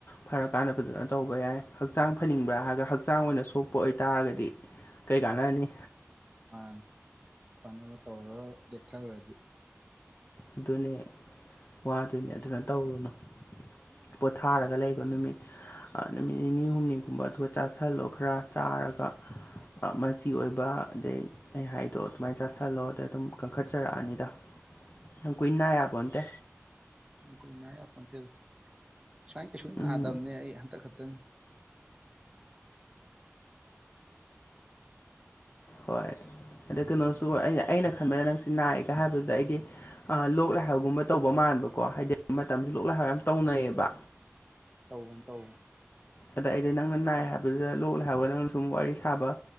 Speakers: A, on the left; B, on the right.
A: ꯐꯔꯀꯥꯟꯗ ꯐꯖꯅ ꯇꯧꯕ ꯌꯥꯏ ꯍꯛꯆꯥꯡ ꯐꯅꯤꯡꯕ꯭ꯔꯥ ꯍꯥꯏꯔꯒ ꯍꯛꯆꯥꯡ ꯑꯣꯏꯅ ꯁꯣꯛꯄ ꯑꯣꯏꯇꯥꯔꯒꯗꯤ ꯀꯩ ꯀꯥꯟꯅꯅꯤ
B: ꯃꯥꯥꯅꯤ ꯐꯅꯕ ꯇꯧꯔꯒ ꯂꯦꯛꯊꯈꯒ꯭ꯔꯗꯤ
A: ꯑꯗꯨꯅꯦ ꯋꯥꯗꯨꯅꯦ ꯑꯗꯨꯅ ꯇꯧꯔꯨꯅꯨ ꯄꯣꯊꯥꯔꯒ ꯂꯩꯕ ꯅꯨꯃꯤꯠ ꯑ ꯅꯨꯃꯤꯠ ꯅꯤꯅꯤ ꯍꯨꯝꯅꯤꯒꯨꯝꯕ ꯑꯗꯨꯒ ꯆꯥꯥꯁꯜꯂꯣ ꯈꯔ ꯆꯥꯔꯒ ꯑ ꯃꯆꯤ ꯑꯣꯏꯕ ꯑꯗꯩ ꯑꯩ ꯍꯥꯏꯗꯣ ꯑꯗꯨꯃꯥꯏꯅ ꯆꯥꯥꯁꯜꯂꯣ ꯑꯗꯩ ꯑꯗꯨꯝ ꯀꯟꯈꯠꯆꯔꯛꯑꯅꯤꯗ ꯌꯥꯝ ꯀꯨꯏꯅꯥ ꯌꯥꯕꯣꯟꯇꯦ
B: ꯌꯥꯝ ꯀꯨꯏ ꯅ ꯌꯥꯄꯣꯇꯦꯗ ꯁ꯭ꯋꯥꯏ ꯀꯩꯁꯨ ꯅꯥꯗꯕꯅꯦ
A: ꯎꯝ
B: ꯑꯩ ꯍꯟꯇꯛ ꯈꯛꯇꯅꯤ
A: ꯍꯣꯏ ꯑꯗꯣ ꯀꯩꯅꯣꯁꯨ
B: ꯍꯟꯇꯛ ꯈꯛ
A: ꯑꯩꯅ ꯑꯩꯅ ꯈꯟꯕꯗ ꯅꯪꯁꯤ ꯅꯥꯏꯒ ꯍꯥꯏꯕꯗꯨꯗ ꯑꯩꯗꯤ ꯑ ꯂꯣꯛ ꯂꯥꯏꯍꯧꯒꯨꯝꯕ ꯇꯧꯕ ꯃꯥꯟꯕꯀꯣ ꯍꯥꯏꯗꯤ ꯃꯇꯝꯁꯨ ꯂꯣꯛ ꯂꯥꯏꯍꯧ ꯌꯥꯝ ꯇꯧꯅꯩꯌꯦꯕ
B: ꯇꯧꯕꯅꯦ ꯇꯧꯕꯅꯦ
A: ꯑꯗ ꯑꯩꯗꯤ ꯅꯪꯅ ꯅꯥꯏ ꯍꯥꯏꯕꯗꯨꯗ ꯂꯣꯛꯂꯥꯏꯍꯧ ꯍꯥꯏꯕꯒ ꯅꯪꯅ ꯁꯨꯝ ꯋꯥꯔꯤ ꯁꯥꯕ